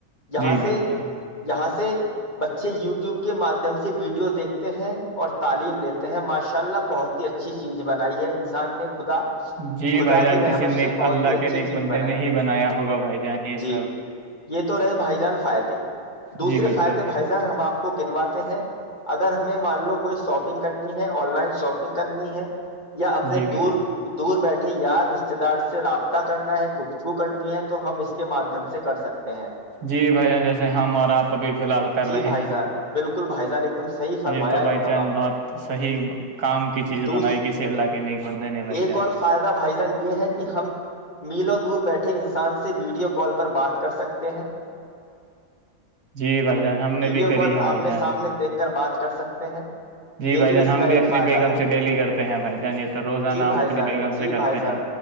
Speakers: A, on the left (about 30°); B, on the right (about 75°).
A: یہاں
B: جی
A: سے
B: بالکل
A: یہاں سے بچے یوٹیوب کے مادھیم سے ویڈیو دیکتے ہیں اور تعلیم لیتے ہیں ماشاء اللہ بہت ہی اچھا <inaudible> اچھی چیز بنائی ہے انسان نے خدا
B: جی
A: خدا
B: بھائی جان
A: کی رحمت
B: کسی
A: سے
B: نے ایک
A: بہت
B: اللہ
A: ہی اچھی
B: کے نے ایک
A: چیز
B: بندے
A: بنائی
B: نے ہی بنایا ہوگا بھائی جان
A: ہے
B: یہ
A: جی
B: سب
A: یہ تو رہے بھائی جان فائد <unintelligible> دوسرے
B: جی بالکل
A: فائدے بھائی جان ہم آپ کو گنواتے ہیں اگر ہمیں مان لو کہ کوئی شاپنگ کرنی ہے آن لائن شاپنگ <unintelligible> کرنی ہے <unintelligible> یا اپنے
B: جی بھائی
A: دور
B: جان
A: دور بیٹھے یار رشتے دار سے رابطہ کرنا ہے گفتگو کرنی ہے تو ہم اس کے مادھیم سے کر سکتے ہیں
B: جی بھائی جان جیسے ہم اور آپ ابھی فی الحال کر
A: جی
B: رہے
A: بھائی
B: ہیں
A: جان بالکل ل بھائی جان ایک دم <unintelligible>
B: یہ تو
A: ایک
B: بائی
A: دم
B: چانس
A: آپ
B: بہت
A: نے
B: صحیح کام کی چیز
A: دوس
B: بنائی کسی اللہ کے نیک بندے نے بھائی
A: ایک
B: چان
A: اور فائدہ بھائی جان یہ ہے کہ ہم میلوں دور بیٹھے انسان سے ویڈیو کال پر بات کر سکتے ہیں
B: جی بھائی جان ہم
A: ویڈیو
B: نے بھی کری
A: کال
B: ہے بھائی
A: آمنے
B: جان
A: سامنے دیکھ کر بات کر سکتے ہیں
B: جی
A: یہ
B: بھائی
A: بھی
B: جان
A: اس
B: ہم
A: کا ایک
B: اپنی
A: فائدہ
B: بیگم
A: ہے
B: سے ڈیلی کرتے ہیں بھائی جان یہ تو روزانہ
A: جی
B: ہم
A: بھائی
B: اپنی
A: جان
B: بیگم
A: جی
B: سے کرتے
A: بھائی جان
B: ہیں